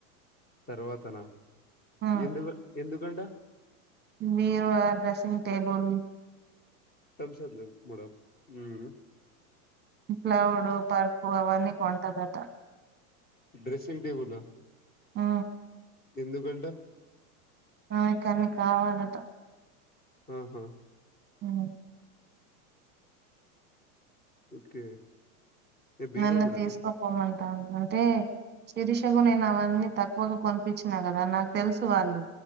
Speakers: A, on the left; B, on the right.
A: తర్వాతనా
B: ఉమ్
A: ఎందుకు వ ఎందుకంట
B: బీరువా డ్రెసింగ్ టేబుల్
A: తమ్సఅప్ ల మేడమ్ ఉమ్
B: ప్లవుడు పరుపు అవన్నీ కొంటదట
A: డ్రెసింగ్ టెబుల
B: ఆ
A: ఎందుకంటా
B: ఆమెకి అన్ని కావాలట
A: ఉహు
B: ఉమ్
A: ఓకే ఏ బీరో
B: నన్ను
A: కూడానా
B: తీసుకపొమ్మంటుంది అంటే శిరిషకు నేను అవన్నీ తక్కువకు కొనిపిచ్చిన కదా నాకు తెలుసు వాళ్ళు